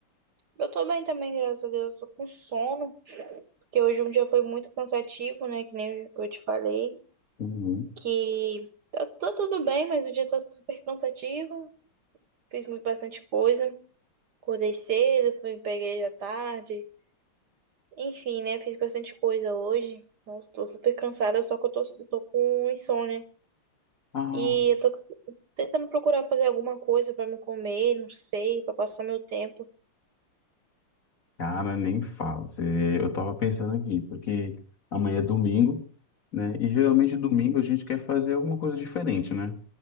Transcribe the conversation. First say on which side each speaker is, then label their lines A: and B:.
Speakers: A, on the right; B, on the left.
A: Eu tô bem também, graças a Deus, tô com sono, porque hoje um dia foi muito cansativo, né? Que nem eu te falei,
B: Uhum.
A: que tá, tá tudo bem, mas o dia tá super cansativo, fiz muito bastante coisa, acordei cedo, fui pra igreja à tarde, enfim, né? Fiz bastante coisa hoje, nossa, tô super cansada, só que eu tô, eu tô com insônia.
B: Ah,
A: E eu tô tentando procurar fazer alguma coisa pra me comer, não sei, pra passar meu tempo.
B: cara, nem fala. Você- Eu tava pensando aqui, porque amanhã é domingo, né? E geralmente domingo a gente quer fazer alguma coisa diferente, né?